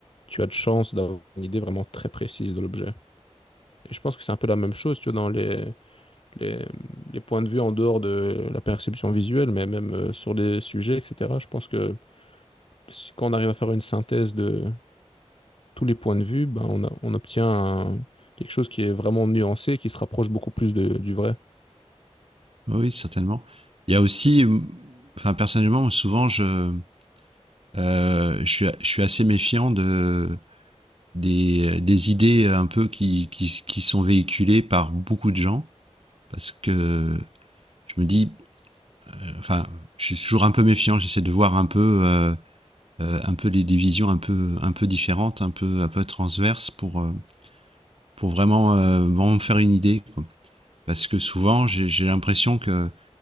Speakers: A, on the left; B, on the right.
A: tu as de chances d'avoir une idée vraiment très précise de l'objet. Et je pense que c'est un peu la même chose, tu vois, dans les, les, les points de vue en dehors de la perception visuelle, mais même euh, sur les sujets, etc. Je pense que si- quand on arrive à faire une synthèse de tous les points de vue, ben, on, a- on obtient un- quelque chose qui est vraiment nuancé, qui se rapproche beaucoup plus de- du vrai.
B: oui, certainement. Il y a aussi, enfin personnellement, souvent je euh, je suis je suis assez méfiant de des, euh, des idées un peu qui, qui, qui sont véhiculées par beaucoup de gens, parce que je me dis, euh, enfin, je suis toujours un peu méfiant, j'essaie de voir un peu, euh, euh, un peu des, des visions un peu, un peu différentes, un peu, un peu transverses pour, euh, pour vraiment, euh, vraiment me faire une idée. quoi. Parce que souvent, j'ai j'ai l'impression que